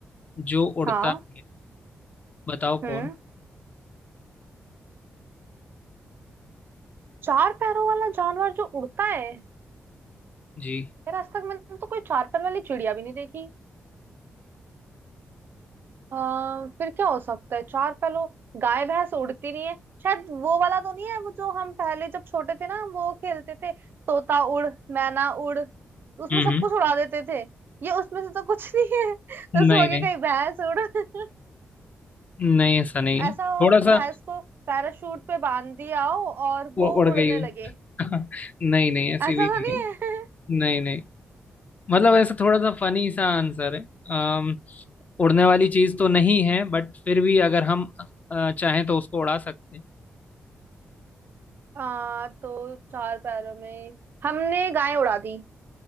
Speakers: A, on the left; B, on the right.
A: जो उड़ता
B: हाँ
A: है बताओ
B: हम्म
A: कौन
B: चार पैरों वाला जानवर जो उड़ता है
A: जी
B: यार आज तक मैंने तो कोई चार पैर वाली चिड़िया भी नहीं देखी आ, फिर क्या हो सकता है चार पैरों गाय भैंस उड़ती नहीं है शायद वो वाला तो नहीं है वो जो हम पहले जब छोटे थे ना वो खेलते थे तोता उड़ मैना उड़ उसमें
A: हम्म
B: सब
A: हम्म।
B: कुछ उड़ा देते थे ये उसमें से तो कुछ नहीं है <laughs>
A: नहीं
B: उसमें हो गया
A: नहीं
B: कहीं भैंस उड़ <laughs>
A: नहीं ऐसा नहीं है
B: ऐसा हो
A: थोड़ा सा
B: भैंस को पैराशूट पे बांध दिया हो और
A: उ-
B: वो
A: उड़ गई
B: उड़ने
A: हुई
B: लगे
A: <laughs> नहीं नहीं ऐसी
B: ऐसा
A: भी नहीं
B: तो नहीं
A: है
B: है <laughs>
A: नहीं नहीं मतलब ऐसा थोड़ा सा फनी सा आंसर है अम, उड़ने वाली चीज तो नहीं है बट फिर भी अगर हम अ, चाहें तो उसको उड़ा सकते हैं
B: हाँ तो चार पैरों में हमने गाय उड़ा दी